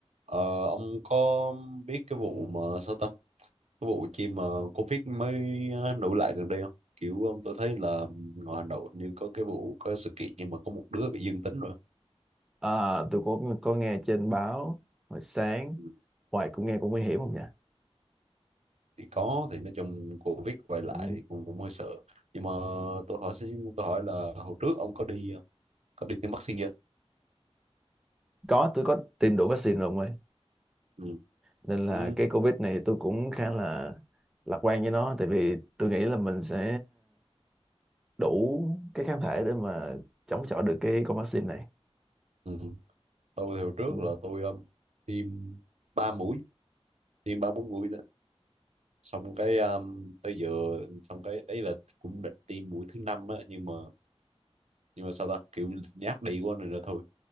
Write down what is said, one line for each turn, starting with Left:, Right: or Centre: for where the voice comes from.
Right: Ờ, ông có biết cái vụ mà sao ta cái vụ chi mà Covid mới ờ, nổi lại gần đây không kiểu ông tôi thấy là ngoài Hà Nội như có cái vụ có sự kiện nhưng mà có một đứa bị dương tính rồi
Centre: À, tôi có có nghe trên báo hồi sáng
Right: Ừ,
Centre: hoài cũng nghe cũng nguy hiểm không nhỉ?
Right: thì có thì nói chung Covid quay lại
Centre: Ừ,
Right: thì cũng cũng hơi sợ nhưng mà tôi hỏi xin- tôi hỏi là hồi trước ông có đi ờ, có đi tiêm vaccine chưa
Centre: có tôi có tiêm đủ vaccine rồi ông ơi
Right: ừ.
Centre: nên
Right: Ừ.
Centre: là cái Covid này tôi cũng khá là lạc quan với nó tại vì tôi nghĩ là mình sẽ đủ cái kháng thể để mà chống chọi được cái con vaccine này.
Right: Ừ. tôi thì hồi trước
Centre: Ừ.
Right: là tôi ờ, tiêm ba mũi tiêm ba bốn mũi xong cái um, tới giờ xong cái đấy là cũng định tiêm mũi thứ năm á nhưng mà nhưng mà sao ta kiểu nhát đi quá nên là thôi